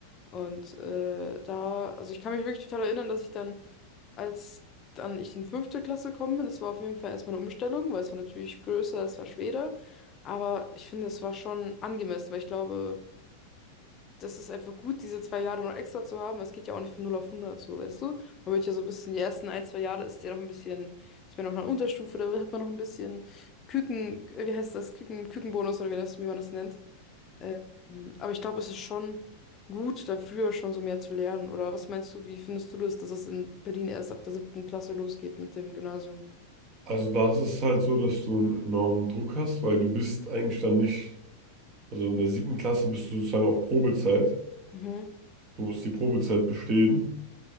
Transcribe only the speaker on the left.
Und äh, da, also ich kann mich wirklich total erinnern, dass ich dann, als dann ich in die fünfte Klasse gekommen bin, das war auf jeden Fall erstmal eine Umstellung, weil es war natürlich größer, es war schwerer. Aber ich finde, es war schon angemessen, weil ich glaube, das ist einfach gut, diese zwei Jahre noch extra zu haben. weil Es geht ja auch nicht von null auf hundert so, weißt du? Man wird ja so ein bisschen, die ersten ein, zwei Jahre ist ja noch ein bisschen, ich bin noch in der Unterstufe, da hat man noch ein bisschen Küken, wie heißt das, Küken, Kükenbonus oder wie das, wie man das nennt. Ähm, aber ich glaube, es ist schon gut, da früher schon so mehr zu lernen. Oder was meinst du, wie findest du das, dass es in Berlin erst ab der siebten Klasse losgeht mit dem Gymnasium?
Mhm,